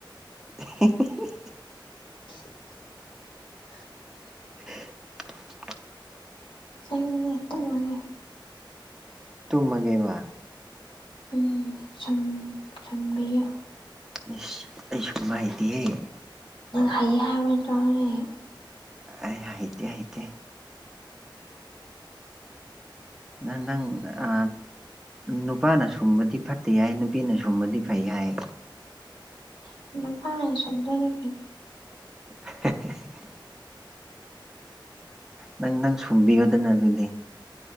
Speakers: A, in the centre; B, on the left.
A: <unintelligible>
B: <unintelligible>
A: <inaudible>
B: ꯆꯪꯃꯤꯅ‌ꯦ ꯇꫭꯛꯑꯒ‌ꯦ
A: ꯇꯨꯝꯃꯒꯦꯕꯥ
B: ꯎꯝ ꯁꯨꯝ ꯁꯨꯝꯕꯤꯌꯨ
A: ꯏꯁꯩ ꯑꯩ ꯁꯨꯝꯕ ꯍꯩꯇꯊ‌ꯦ
B: ꯅꯪ ꯍꯩ ꯍꯥꯏꯔꯕ ꯅꯠꯇꯔꫭ ꯍꯩ
A: ꯍꯥꯏꯍꯤꯇ ꯍꯥꯏꯍꯤꯇ ꯅꯪ ꯅꯪ ꯑ ꯅꯨꯄꯥꯅ ꯁꯨꯝꯕꯗꯤ ꯐꯠꯇꯦ ꯍꯥꯏ ꯅꯨꯄꯤꯅ ꯁꯨꯝꯕꯗꯤ ꯐꯩ ꯍꯥꯏ
B: <unintelligible>
A: ꯍꯥ ꯍꯥ ꯍꯥ ꯍꯥ ꯍꯥ ꯅꯪ ꯅꯪ ꯁꯨꯝꯕꯤꯌꯗꯅ ꯑꯗꯨꯗꯤ